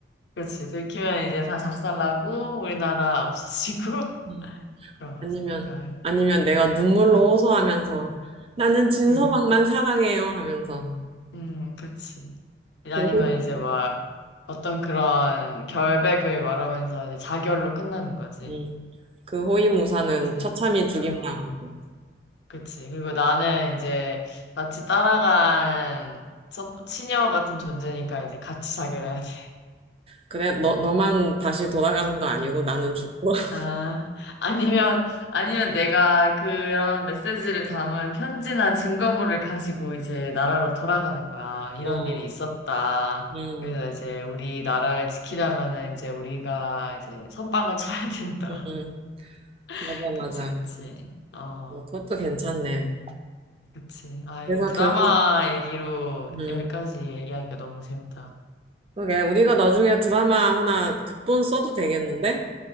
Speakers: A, on the left; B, on the right.
A: 그렇지. 들키면 이제 다 작살나고 우리나라 없어지고 <laughs>
B: 음.
A: 그런 거지.
B: 아니면,
A: 그러니까
B: 아니면 내가 눈물로 호소하면서 나는 진서방만
A: 음,
B: 사랑해요 하면서
A: 음, 그렇지. 아니면
B: 그 호,
A: 이제 막 어떤 그런 결백을 말하면서 이제 자결로 끝나는 거지.
B: 음, 그 호위무사는
A: 그치?
B: 처참히 죽임당하고
A: 어. 그치. 그리고 나는 이제 나치 따라간 서- 친녀 같은 존재니까 이제 같이 자결 해야 돼.
B: 그래 너, 너만 다시 돌아가는 거 아니고 나는 죽고 <laughs>
A: 아, 아니면, 아니면 내가 그런 메시지를 담은 편지나 증거물을 가지고 이제 나라로 돌아가는 거야. 이런
B: 어,
A: 일이 있었다.
B: 음,
A: 그래서 이제 우리 나라를 지키려면은 이제 우리가 이제 선빵을 쳐야 된다.
B: 음, 음. 맞아
A: <laughs> 그치,
B: 맞아
A: 그치. 어,
B: 뭐 그것도 괜찮네
A: 그치. 아,
B: 그래서
A: 이 드라마
B: 결국
A: 얘기로
B: 음,
A: 여기까지 얘기하니까 너무 재밌다.
B: 그게 우리가 나중에 드라마 하나 극본 써도 되겠는데?